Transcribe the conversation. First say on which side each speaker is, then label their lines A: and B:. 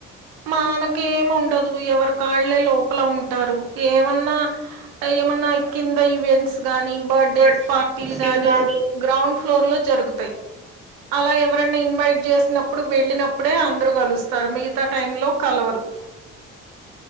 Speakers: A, on the right; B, on the right.
A: మానకి ఏమి ఉండదు ఎవరి కాళ్లే లోపల ఉంటారు ఏమన్నా ఏమన్నా కింద ఈవెంట్స్ గానీ బర్డే
B: బర్త్డే
A: పార్టీలు
B: పుట్టిన
A: గానీ
B: గాని
A: గ్రౌండ్ ఫ్లోర్ లో జరుగుతు అలా ఎవరైనా ఇన్వైట్ చేసినప్పుడు వెళ్ళినప్పుడే అందరూ కలుస్త స్తరు మిగతా టైమ్ లో కలవరు